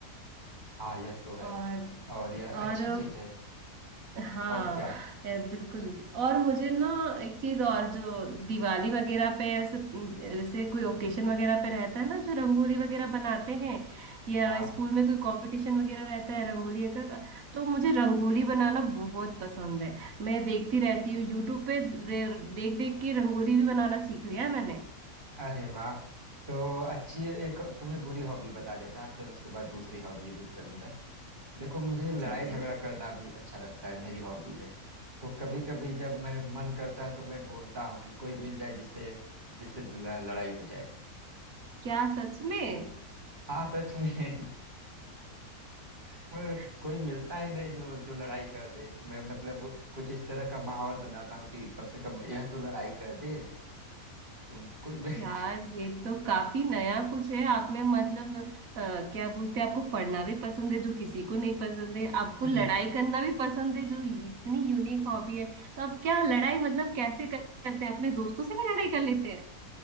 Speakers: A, on the right (about 35°); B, on the right (about 70°).
A: हाँ यह तो है
B: और
A: और यह
B: और
A: अच्छी चीज है
B: हाँ
A: और क्या
B: ए, बिल्कुल और मुझे ना एक चीज और जो दिवाली वगैरह पे ऐसे अम, जैसे कोई ओकेशन वगैरह पे रहता है ना जो रंगोली वगैरह बनाते हैं या
A: हाँ
B: स्कूल में कोई कंपटीशन वगैरह रहता है रंगोली का तो मुझे रंगोली बनाना बहुत पसंद है मैं देखती रहती हूँ यूट्यूब पे देख देख के रंगोली भी बनाना सीख लिया है मैंने
A: अरे वाह तो अच्छी है, एक तुम्हें बुरी हॉबी बता देता फिर उसके बाद दूसरी हॉबी भी चलूंगा देखो मुझे लड़ाई
B: ठीक
A: झगड़ा
B: है
A: करना भी अच्छा लगता है मेरी हॉबी है तो कभी कभी जब मैं मन करता है तो मैं ढूंढता हूँ कि कोई मिल जाए जिससे जिससे ल- लड़ाई हो जाए
B: क्या सच में
A: हाँ सच में <laughs> कोई
B: <laughs>
A: कोई मिलता ही नहीं जो जो लड़ाई कर दे मैं मतलब कुछ इस तरह का माहौल बनाता हूँ कि कम से कम यह तो लड़ाई कर दे तो कोई मिल
B: यार ये तो काफी नया कुछ है आप में मतलब अ, क्या बोलते हैं आपको पढ़ना भी पसंद है जो किसी को नहीं पसंद है आपको
A: <laughs>
B: लड़ाई करना भी पसंद है जो इतनी यूनिक हॉबी है तो आप क्या लड़ाई मतलब कैसे कर- करते हैं अपने दोस्तों से भी लड़ाई कर लेते हैं